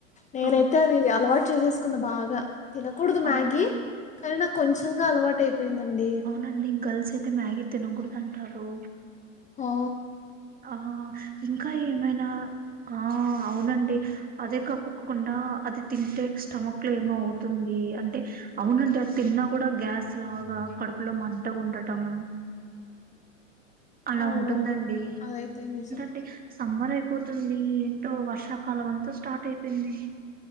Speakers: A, on the left; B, on the right.
A: నేనైతే
B: ఆహా,
A: అది అలవాటు చేసేసుకున్న బాగా తినకూడదు
B: అవునా
A: మ్యాగీ
B: అండి
A: కానీ నాకు కొంచెంగా అలవాటు అయిపోయిందండి
B: అండి గర్ల్స్ అయితే మ్యాగీ తినకూడదు అంటారు
A: హ
B: ఆహ ఇంకా ఏమైనా ఆ అవునండి అదే కాక్కకుండా అది తింటే స్టమక్ లో ఏమో అవుతుంది అంటే అవునండి అది తిన్నా కూడా గ్యాస్ లాగా కడుపులో మంటగా ఉండటం అలా
A: అవునవును
B: ఉంటుందండి
A: అదైతే నిజం
B: అంటే సమ్మర్ అయిపోతుంది ఏంటో వర్షాకాలం అంతా స్టార్ట్ అయిపోయింది